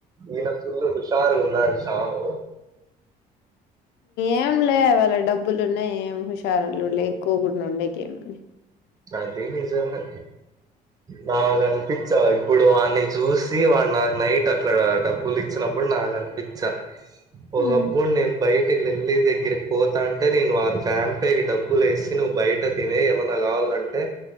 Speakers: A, on the right; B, on the left.
A: ఇనా పుల్ హుషారు ఉన్నాడు చాము
B: ఏం లే వాళ్ళ డబ్బులు ఉన్నాయి ఏం హుషారులు లేక్కువకుడా ఉండేకే ఏమి
A: నది నిజమే నాగ్ అనిపించా ఇప్పుడు వాడిని చూసి వాడు నా నైట్ అట్లాటబ్ ఉల్లి ఇచ్చినప్పుడు నాగ్ అనిపించా ఒకప్పుడు
B: ఉమ్
A: నేను బయటకి వెళ్లి దగ్గరకి పోతా అంటే నేను ఆ ఫ్యాంపేకి డబ్బులు వేసి నువ్వు బయట తినే ఏమన్నా గావాలన్ అంటే